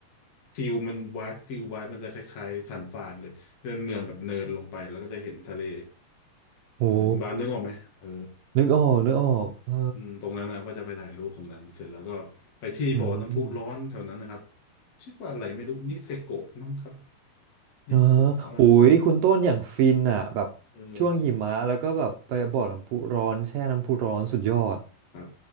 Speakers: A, on the left; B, on the right.
A: ฟิลมันวายฟิลวายมันจะคล้ายๆสันฟานเลยเป็นเมืองแบบเนินลงไปแล้วก็จะเห็นทะเล
B: โอ้
A: เออคุณบาสนึกออกไหมเออ
B: นึกออกนึกออกเออ
A: อืมตรงนั้นนะก็จะไปถ่ายรูปตรงนั้นเสร็จแล้วก็ไปที่บ่อน้ำพุร้อนแถวนั้นนะครับ
B: อืม
A: ชื่อว่าอะไรไม่รู้นิเซโกะมั้งครับ
B: เออ
A: นิโกะเออ
B: โอ้ยคุณต้นอย่างฟินอ่ะแบบช่วงหิมะแล้วก็แบบไปบ่อน้ำพุร้อนแช่น้ำพุร้อนสุดยอด
A: เออครับ